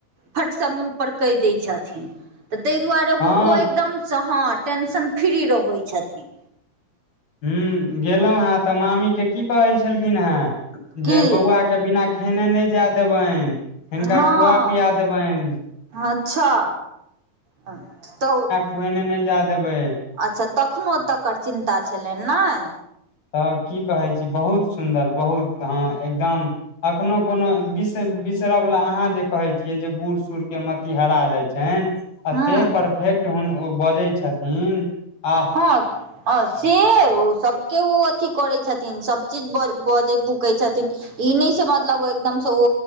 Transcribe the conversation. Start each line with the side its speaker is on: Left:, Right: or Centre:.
Right: फट सम मुह पर कहि दै छथिन तऽ ताहि दुआरें
Left: हँ
Right: ओ एकदम सँ हँ टेंशन फ्री रहै छथिन
Left: हू गेलहुँ हें तऽ मामी के की कहे छलखिन हे
Right: की
Left: जे बौआ के तऽ बिना खेने नहि जाय देबनि हिनका
Right: हांँ
Left: खुआ पिया देबनि
Right: अच्छा हँ तऽत
Left: खुएने नहि जा देबै
Right: अच्छा तखनो तकर चिन्ता छलनि नहि
Left: तऽ की कहै छी बहुत सुन्दर बहुत हँ एकदम एखनो कोनो बिस बिसर वला अहाँ जे कहे छियै जे बूढ़ सूढ़ के मति हेरा जाय छनि एते
Right: हूँ
Left: परफेक्ट हु ओ बजै छथिन आह
Right: हँ अ से ओ सबके ओ अथी करै छथिन सब चीज ब बजै भुकै छथिन ई नहि से मतलब एकदम से ओ